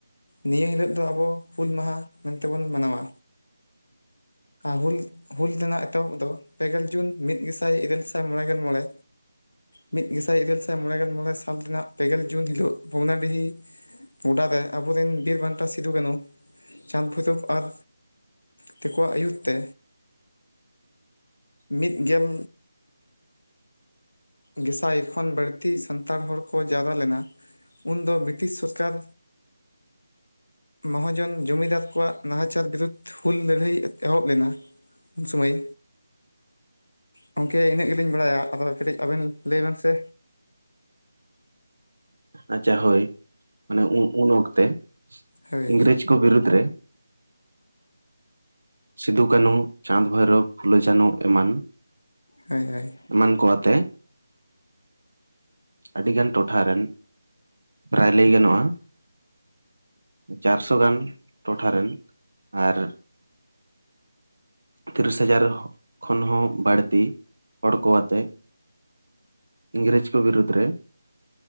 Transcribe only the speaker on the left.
ᱱᱤᱭᱟᱹ ᱦᱤᱞᱳᱜ ᱫᱚ ᱟᱵᱚ ᱦᱩᱞ ᱢᱟᱦᱟᱸ ᱢᱮᱱᱛᱮᱵᱚᱱ ᱢᱟᱱᱟᱣᱟ ᱟᱨ ᱦᱩᱞ ᱦᱩᱞ ᱨᱮᱱᱟᱜ ᱮᱛᱚᱦᱚᱵ ᱫᱚ ᱯᱮ ᱜᱮᱞ ᱡᱩᱱ ᱢᱤᱫ ᱜᱮᱥᱟᱭ ᱤᱨᱟᱹᱞ ᱥᱟᱭ ᱢᱚᱬᱮ ᱜᱮᱞ ᱢᱚᱬᱮ ᱢᱤᱫ ᱜᱮᱥᱟᱭ ᱤᱨᱟᱹᱞ ᱥᱟᱭ ᱢᱚᱬᱮ ᱜᱮᱞ ᱢᱚᱬᱮ ᱥᱟᱞ ᱨᱮᱱᱟᱜ ᱯᱮᱜᱮᱞ ᱡᱩᱱ ᱦᱤᱞᱳᱜ ᱵᱷᱚᱜᱱᱟᱰᱤᱦᱤ ᱜᱚᱰᱟ ᱨᱮ ᱟᱵᱚᱨᱮᱱ ᱵᱤᱨᱵᱟᱱᱴᱟ ᱥᱤᱫᱩ ᱠᱟᱹᱱᱩ ᱪᱟᱸᱫᱽ ᱵᱷᱳᱣᱨᱚᱵ ᱟᱨ ᱛᱮᱤᱠᱣᱟᱜ ᱟᱹᱭᱩᱨᱛ ᱛᱮ ᱢᱤᱫ ᱜᱮᱞ ᱜᱮᱥᱟᱭ ᱠᱷᱚᱱ ᱵᱟᱹᱲᱛᱤ ᱥᱟᱱᱛᱟᱲ ᱦᱚᱲ ᱠᱚ ᱡᱟᱨᱣᱨᱟ ᱞᱮᱱᱟ ᱩᱱ ᱫᱚ ᱵᱨᱤᱴᱤᱥ ᱥᱚᱨᱠᱟᱨ
ᱢᱚᱦᱟᱚᱡᱚᱱ ᱡᱚᱢᱤᱫᱟᱨ ᱠᱚᱣᱟᱜ ᱱᱟᱦᱟᱪᱟᱨ ᱵᱤᱨᱩᱫᱽ ᱦᱩᱞ ᱞᱟᱹᱲᱦᱟᱹᱭ ᱮᱛ ᱮᱦᱚᱵ ᱞᱮᱱᱟ ᱩᱱ ᱥᱚᱢᱟᱹᱭ ᱜᱚᱝᱠᱮ ᱤᱱᱟᱹᱜ ᱜᱮᱞᱤᱧ ᱵᱟᱲᱟᱭᱟ ᱟᱫᱚ ᱠᱟᱹᱴᱤᱡ ᱟᱵᱮᱱ ᱞᱟᱹᱭ ᱵᱮᱱ ᱥᱮ
ᱦᱳᱭ
ᱦᱚᱭ ᱦᱚᱭ